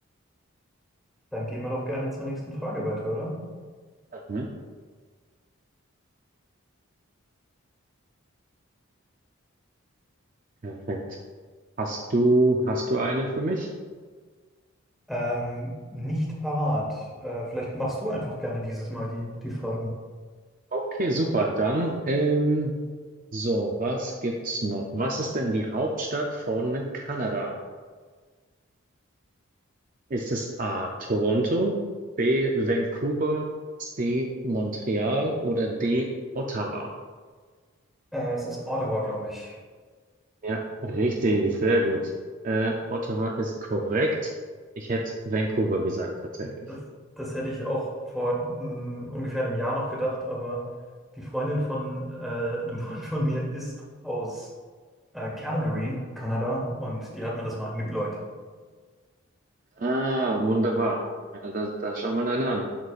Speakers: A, in the centre; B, on the right.
A: Dann gehen wir doch gerne zur nächsten Frage weiter, oder?
B: Mhm, perfekt. Hast du, hast du eine für mich?
A: Ähm, nicht parat. Äh, vielleicht machst du einfach gerne dieses Mal die, die Fragen.
B: Okay, super. Dann, ähm, so, was gibt's noch? Was ist denn die Hauptstadt von Kanada? Ist es A. Toronto, B. Vancouver, C. Montreal oder D. Ottawa?
A: Äh, es ist Ottawa, glaube ich.
B: Ja, richtig, sehr gut. Äh, Ottawa ist korrekt. Ich hätte Vancouver gesagt tatsächlich.
A: Das, das hätte ich auch vor mm, ungefähr einem Jahr noch gedacht, aber die Freundin von äh, einem <laughs> Freund von mir ist aus äh, Calgary, Kanada, und die hat mir das mal eingebläut.
B: Ah, wunderbar. Ja, da, da schauen wir dann an.